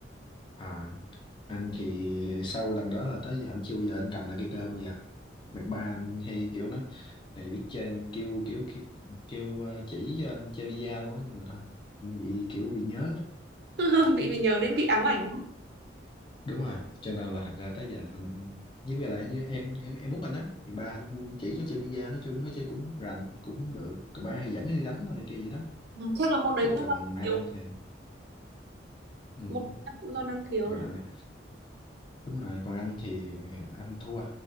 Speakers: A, on the left; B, on the right.
A: À, anh thì sau lần đó là tới giờ anh chưa bao giờ anh cầm lại cây cơ bao giờ. Mày ba anh hay kiểu nói, mày biết chơi mình kêu kiểu kêu, kêu ờ, chỉ cho anh chơi bida luôn á nhưng mà thôi anh bị kiểu bị nhớ
B: <laughs> bị mình nhớ đến bị ám ảnh lắm.
A: đúng rồi cho nên là thành ra tới giờ anh với lại lại như em em út anh á thì ba anh chỉ cho chơi bida nói chung nó chơi cũng rành cũng được rồi ba hay dẫn nó đi đánh đồ này kia vậy đó
B: chắc là môn đấy
A: chứ
B: cũng
A: còn
B: do năng
A: anh
B: khiếu
A: thì ừ,
B: môn đấy cũng do năng khiếu
A: còn,
B: nữa
A: à, đúng rồi còn anh thì anh thua